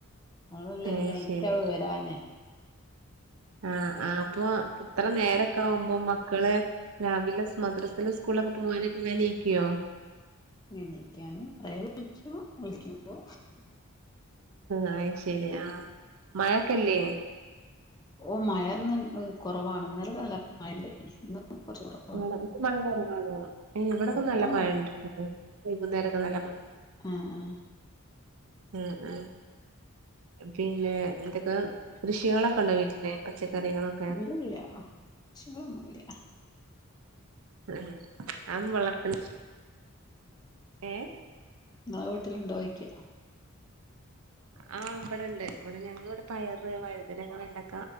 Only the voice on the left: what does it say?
ഞങ്ങൾ
ലേറ്റ്
ആവും വരാന്
എണീക്കാനും കൊറേ <unintelligible> വിളിക്കുമ്പോ
ഓഹ് മഴ ഇന്ന് കുറവാണ് ഇന്നലൊക്കെ നല്ല മഴ ഉണ്ടായിനി ഇന്ന് കുറച്ചു കുറവാണ്
ആ ഇപ്പം
ആഹ് ആ ആ
ഇല്ലില്ല പ്രശ്നങ്ങളൊന്നുമില്ല
ഇങ്ങളെ വീട്ടിലുണ്ടോയിക്ക